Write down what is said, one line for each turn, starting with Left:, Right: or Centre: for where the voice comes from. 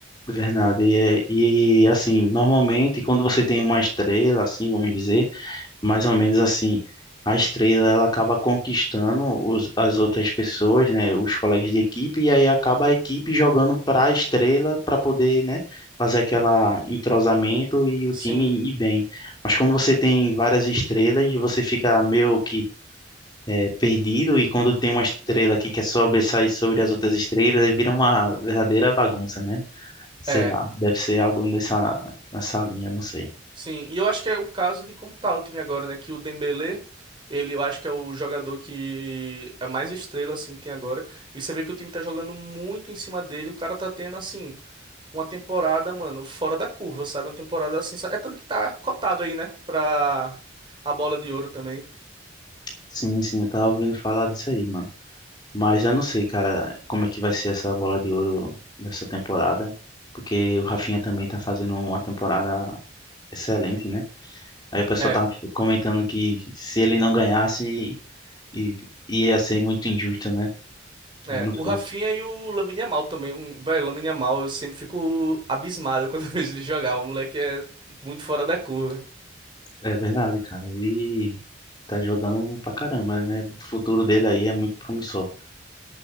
Left: verdade. E, é- e assim, normalmente quando você tem uma estrela, assim, vamos dizer, mais ou menos assim, a estrela ela acaba conquistando os, as outras pessoas, né, os colegas de equipe, e aí acaba a equipe jogando para a estrela para poder, né, fazer aquela entrosamento e o
Right: Sim,
Left: time ir bem. Mas quando você tem várias estrelas, você fica meio que é, perdido, e quando tem uma estrela que quer sobressair sobre as outras estrelas, aí vira uma verdadeira bagunça, né? sei
Right: é.
Left: lá, deve ser algo nessa, nessa linha, não sei.
Right: Sim, e eu acho que é o caso de como tá o time agora, né? Que o Dembélé, ele eu acho que é o jogador que é mais estrela, assim, que tem agora. E você vê que o time tá jogando muito em cima dele. O cara tá tendo, assim, uma temporada, mano, fora da curva, sabe? Uma temporada assim. sa- É tanto que tá cotado aí, né? Pra a bola de ouro também.
Left: Sim, sim, eu tava ouvindo falar disso aí, mano. Mas eu não sei, cara, como é que vai ser essa bola de ouro dessa temporada, porque o Rafinha também tá fazendo uma temporada excelente, né? Aí o pessoal
Right: É,
Left: tava comentando que se ele não ganhasse, i- ia ser muito injusto, né? Eu
Right: é.
Left: não
Right: O
Left: sei.
Right: Rafinha e o Lamine Yamal também. Um, velho, o Lamine Yamal, eu sempre fico abismado <laughs> quando eu vejo ele jogar. O moleque é muito fora da curva.
Left: É verdade, cara, ele tá jogando pra caramba, né? O futuro dele aí é muito promissor.